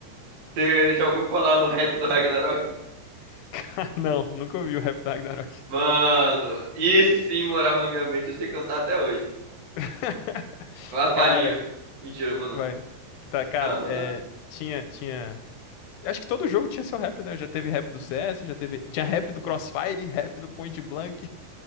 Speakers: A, on the right; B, on the left.
A: você já ouviu falar no rap do Ragnarok?
B: <laughs> Cara, não, nunca ouvi o rap da Ragnarok.
A: Mano, esse sim morava na minha mente, eu sei cantar até hoje.
B: <laughs>
A: Vai a palhinha.
B: Cara,
A: Mentira, não vou não.
B: vai. Tá, cara,
A: Não, vou
B: é,
A: nada.
B: tinha, tinha. Acho que todo jogo tinha seu rap, né? Já teve rap do CS, já teve. Tinha rap do Crossfire, rap do Point Blank.